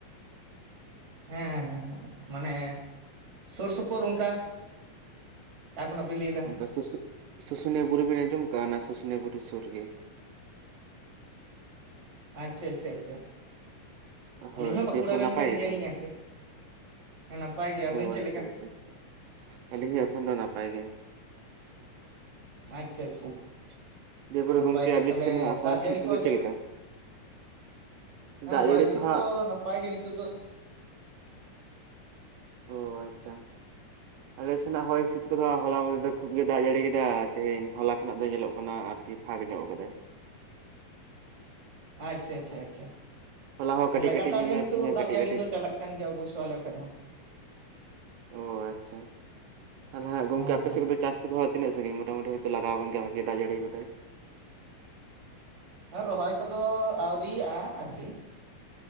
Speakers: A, on the right; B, on the right.
A: ᱦᱮᱸ ᱦᱮᱸ ᱦᱮᱸ ᱦᱮᱸ ᱢᱟᱱᱮ ᱥᱳᱨ ᱥᱳᱯᱳᱨ ᱚᱱᱠᱟ ᱚᱠᱟ ᱠᱷᱚᱱᱟᱜ ᱵᱤᱱ ᱞᱟᱹᱭᱫᱟ
B: ᱚᱱᱛᱮ ᱥᱩᱥᱩ ᱥᱩᱥᱩᱱᱤᱭᱟᱹ ᱵᱩᱨᱩ ᱵᱤᱱ ᱟᱸᱡᱚᱢ ᱠᱟᱜᱼᱟ ᱚᱱᱟ ᱥᱩᱥᱩᱱᱤᱭᱟᱹ ᱵᱩᱨᱩ ᱥᱩᱨ ᱜᱮ᱾
A: ᱟᱪᱪᱷᱟ ᱟᱪᱪᱷᱟ ᱟᱪᱪᱷᱟ
B: ᱦᱳᱭ
A: ᱟᱹᱞᱤᱧ ᱦᱚᱸ ᱵᱟᱸᱠᱩᱲᱟ
B: ᱫᱤᱭᱮᱯᱚᱨ
A: ᱨᱮᱱ
B: ᱱᱟᱯᱟᱭ
A: ᱠᱟᱱ
B: ᱜᱮᱛᱚ
A: ᱜᱮᱭᱟᱞᱤᱧ ᱟᱨᱠᱤ ᱦᱮᱸ ᱱᱟᱯᱟᱭ ᱜᱮ ᱟᱹᱵᱤᱱ
B: ᱚᱸ
A: ᱪᱮᱫ
B: ᱟᱪᱪᱷᱟ
A: ᱞᱮᱠᱟ
B: ᱟᱪᱪᱷᱟ ᱟᱞᱤᱧ ᱦᱚᱸ ᱮᱠᱷᱚᱱ ᱫᱚ ᱱᱟᱯᱟᱭ ᱜᱮ᱾
A: ᱟᱪᱪᱷᱟ ᱟᱪᱪᱷᱟ
B: ᱦᱩᱸ ᱫᱤᱭᱮ ᱯᱚᱨᱮ
A: ᱱᱟᱯᱟᱭ
B: ᱜᱚᱝᱠᱮ
A: ᱜᱮ
B: ᱟᱵᱮᱥ
A: ᱛᱟᱦᱚᱞᱮ
B: ᱥᱮᱱ ᱟᱜ ᱦᱚᱭ
A: ᱫᱟᱜ
B: ᱦᱤᱸᱥᱤᱫ
A: ᱡᱟᱹᱲᱤ
B: ᱠᱩᱫᱚ
A: ᱠᱚ
B: ᱪᱮᱫ ᱞᱮᱠᱟ?
A: ᱦᱮᱸ
B: ᱫᱟᱜ
A: ᱦᱚᱭ
B: ᱡᱟᱹᱲᱤ
A: ᱦᱤᱥᱤᱫᱽ
B: ᱛᱚ ᱦᱟᱸᱜ
A: ᱠᱚ ᱱᱟᱯᱟᱭ ᱜᱮ ᱱᱤᱛᱚᱜ ᱫᱚ᱾
B: ᱚ ᱟᱪᱪᱷᱟ ᱟᱞᱮ ᱥᱮᱱᱟᱜᱽ ᱦᱚᱭ ᱦᱤᱸᱥᱤᱫ ᱠᱚᱫᱚ ᱦᱚᱞᱟ ᱵᱚᱞᱮ ᱠᱷᱩᱵ ᱜᱮ ᱫᱟᱜ ᱡᱟᱹᱲᱤ ᱠᱮᱫᱟ ᱛᱮᱦᱮᱧ ᱦᱚᱞᱟ ᱠᱷᱚᱱᱟᱜ ᱫᱚ ᱧᱮᱞᱚᱜ ᱠᱟᱱᱟ ᱟᱨ ᱠᱤ ᱯᱷᱟᱸᱠ ᱧᱚᱜ ᱠᱟᱫᱟᱭ
A: ᱟᱪᱪᱷᱟ ᱟᱪᱷᱟ ᱟᱪᱪᱷᱟ
B: ᱦᱚᱞᱟ ᱦᱚᱸ
A: ᱦᱮᱸ
B: ᱠᱟᱹᱴᱤᱡ
A: ᱞᱟᱜᱟᱛᱟᱨ
B: ᱠᱟᱹᱴᱤᱡ ᱧᱩᱨ
A: ᱜᱮ
B: ᱮᱱᱟ
A: ᱱᱤᱛᱚᱜ
B: ᱛᱮᱦᱮᱧ
A: ᱫᱚ
B: ᱦᱚᱸ
A: ᱫᱟᱜ
B: ᱠᱟᱹᱴᱤᱡ
A: ᱡᱟᱹᱲᱤ
B: ᱠᱟᱹᱴᱤᱡ
A: ᱫᱚ ᱪᱟᱞᱟᱜ ᱠᱟᱱ ᱜᱮᱭᱟ ᱚᱵᱳᱥᱥᱚ ᱟᱞᱮ ᱥᱮᱫ ᱦᱚᱸ
B: ᱚᱸ ᱟᱪᱪᱷᱟ ᱛᱟᱦᱞᱮ ᱦᱟᱜ ᱜᱚᱝᱠᱮ
A: ᱦᱮᱸ
B: ᱟᱯᱮ
A: ᱦᱮᱸ
B: ᱥᱮᱫ ᱠᱚᱫᱚ ᱪᱟᱥ? ᱫᱚ ᱦᱟᱜ ᱛᱤᱱᱟᱹᱜ ᱥᱟᱹᱜᱤᱧ ᱢᱚᱴᱟᱢᱩᱴᱤ ᱦᱳᱭᱛᱚ ᱞᱟᱜᱟᱣ ᱟᱠᱟᱱ ᱜᱮᱭᱟ ᱵᱷᱟᱜᱤ ᱫᱟᱜ ᱡᱟᱹᱲᱤ ᱠᱟᱫᱟᱭ
A: ᱦᱮᱸ ᱨᱚᱦᱚᱭ ᱠᱚᱫᱚ ᱟᱣᱨᱤᱭᱟᱜᱼᱟ ᱟᱨᱠᱤ